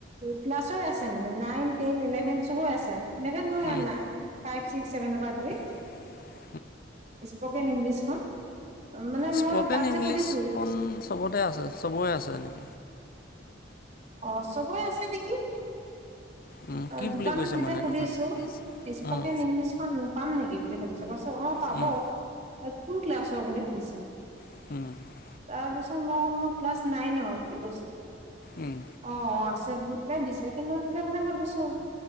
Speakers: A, on the right; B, on the left.
A: ক্লাছই আছে, মানে নাইন টেন ইলেভেন চ'ব আছে eleven
B: um
A: nine. Five, six, seven পৰা ধৰি
B: <inaudible>
A: স্পকেন ইংলিছখন মানে
B: স্পকেন
A: মই তাত যে
B: ইংলিছখন
A: সুধিছোৱে।
B: চবতে আছে, চবৰে আছে এনেই।
A: অ, চবয় আছে নেকি।
B: উম
A: অ,
B: কি
A: দোকানত
B: বুলি কৈছে
A: যেতিয়া
B: মানে
A: খুুলিছো
B: দোকান
A: স্পকেন
B: উম
A: ইংলিছ পাম নেকি বুলি সুধিছে পছ অ, পাব
B: উম,
A: কোন ক্লাছ বুলি সুধিছে?
B: <inaudible>
A: তাৰ পিছত মই'ল ম ক্লাছ নাইন বুলি কৈছিলো।
B: উম,
A: অ', অ', আছে বুলি পেলাই দিছে কিন্তু তেতিয়া মানে ভাবিছো।